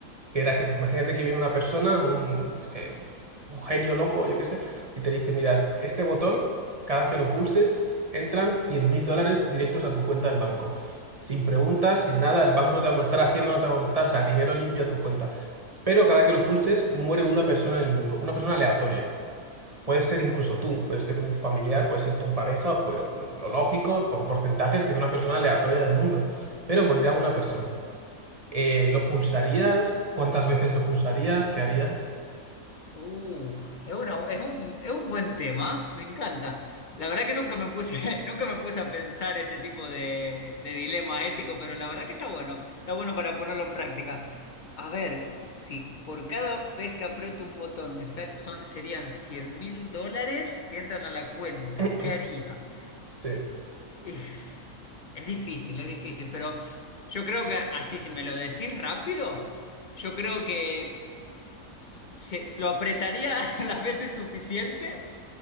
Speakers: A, on the right; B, on the left.
A: que era que imagínate que viene una persona, un, qué sé, un, un genio loco, yo qué sé, y te dice, mira, este botón, cada que lo pulses, entran cien mil dólares directos a tu cuenta del banco. Sin preguntas, sin nada, el banco no te va a molestar, Hacienda no te va a molestar, o sea, dinero limpio a tu cuenta. Pero cada que lo pulses, muere una persona en el mundo, una persona aleatoria. Puede ser incluso tú,
B: ¿Eh?
A: puede ser un familiar, puede ser tu pareja, pero lo, lo lógico, por porcentajes, que es una persona aleatoria del mundo. Pero morirá una persona. Eh, ¿lo pulsarías? ¿Cuántas veces lo pulsarías? ¿Qué harías?
B: Uh, es una- es un, es un buen tema, me encanta. La verdad que nunca me puse, <laughs> nunca me puse a pensar este tipo de, de dilema ético, pero la verdad que está bueno, está bueno para ponerlo en práctica. A ver, si por cada vez que aprieto un botón me sal- son, serían cien mil dólares que entran a la cuenta,
A: <clears throat>
B: ¿qué haría?
A: Sí.
B: Y Es difícil, es difícil, pero yo creo que así, si me lo decís rápido, yo creo que... se- lo apretaría <laughs> las veces suficiente